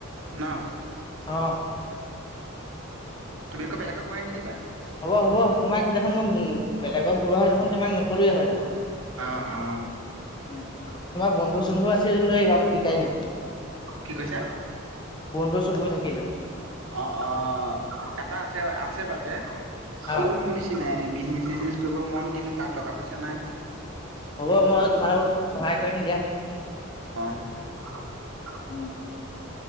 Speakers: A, on the right (about 70°); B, on the left (about 20°).
A: ন
B: অহ।
A: তুমি আকৌ বেলেগক ভৰাই নিদিবা।
B: হ'ব হ'ব তোমাক দেখোন মই বেলেগক ভৰালৈ হয় দেখোন তোমাক নকলোৱে হয় দেখোন।
A: অ অ
B: উম তোমাৰ বন্ধু চন্ধু আছে যদি লৈ আহিবা আমাক শিকাই দিম।
A: কি কৈছে?
B: বন্ধু চুন্ধও থাকিলো।
A: অ অ এটা আছে আছে বাৰুতে সিও
B: অ
A: মোৰ নিচিনাই বিজনেচ বিজনেছ কৰিব মন কিন্তু তাৰ টকা পইচা নাই
B: হ'ব মই তোমালোকক সহায় কৰিম দিয়া।
A: <unintelligible>
B: উম